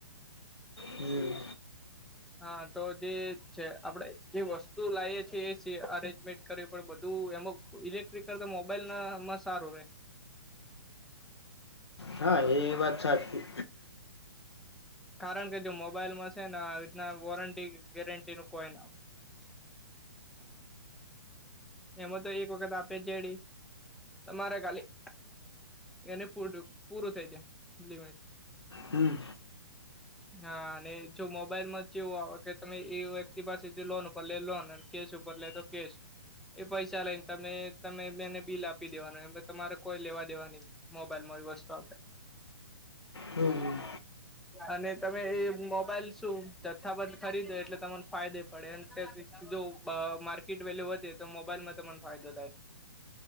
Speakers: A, on the left (about 85°); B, in the centre.
A: હમ.
B: હા તો જે છે આપણેે જે વસ્તુ લાવએ છીએ એ છે અરેન્જમેન્ટ કરવી પણ બધું એમાં ઇલેક્ટ્રિક કરતાં મોબાઈલ નામાં સારું રે.
A: હા એ વાત સાચી.
B: કારણ કે જો મોબાઈલમાં છે ને આ રીતના વોરંટી ગેરંટી ન કોઈ ના. એમાં તો એક વખત આપે જેડી તમારે ખાલી. એને પૂર પૂરું થઈ જાય લિમિટ.
A: હમ્મ.
B: હમ હા અને જો મોબાઈલ માં જે એવું આવે કે તમે એ વ્યક્તિ પાસેથી લોન ઉપર લે લો કેસ ઉપર લે તો કેશ. એ પૈસા લઈને તમે તમે બેને બિલ આપી દેવાનું એમ તમારે કોઈ લેવા દેવા નહી. મોબાઈલમાં વસ્તુ આપે.
A: હમ્મ.
B: અને તમે એ મોબાઈલ શું જથ્થાબંધ ખરીદો એટલે તમાને ફાયદે પડ જો માર્કેટ વેલ્યુ વધે તો મોબાઈલમાં પણ ફાયદો થાય.